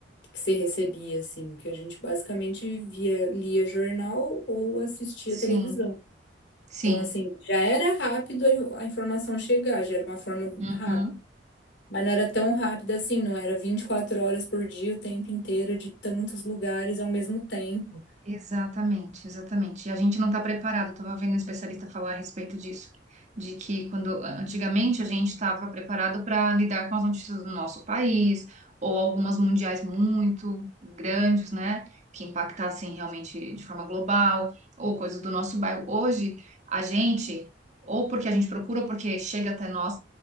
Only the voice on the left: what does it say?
Que você recebia, assim, que a gente basicamente via, lia jornal ou assistia
televisão.
Então, assim, já era rápido a a informação chegar, já era uma forma
rápida. Mas não era tão rápida assim, não era 24 horas por dia, o tempo inteiro, de tantos lugares ao mesmo tempo.